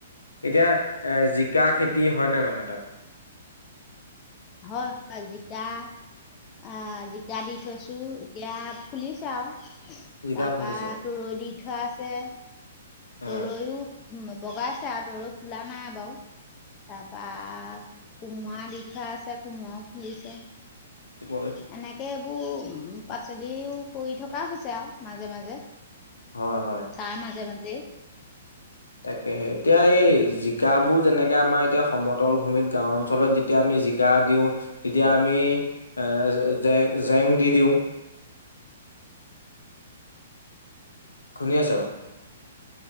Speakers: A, on the left; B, on the left.
A: এতিয়া এ জিকা খেতি হয় নে নহয় তাত?
B: হয় জিকা অ জিকা দি থৈছোঁ এতিয়া ফুলিছে আৰু।
A: জিকা
B: তাৰ
A: ফুলিছে
B: পা তো দি থোৱা আছে।
A: অ
B: তেওঁয়ো <unintelligible> উম বগাইছে আৰু ত ফোলা নাই বাৰু। পাগ কোমোৰা দি থোৱা আছে কোমোৰা ফুলিছে।
A: হয়
B: এনেকে এইবোৰ উ পাচলিও কৰি থকা হৈছে আৰু, মাজে মাজে।
A: হয় হয়
B: তাৰ মাজে মাজে।
A: তাকেহে এতিয়া এই জিকাবোৰ যেনেক তেতিয়া আমাৰ এতিয়া সমতল ভূমিত গাও অঞ্চলত যেতিয়া আমি জিকা দিওঁ তেতিয়া আমি এ জ-জেং দি দিওঁ। শুনি আছ?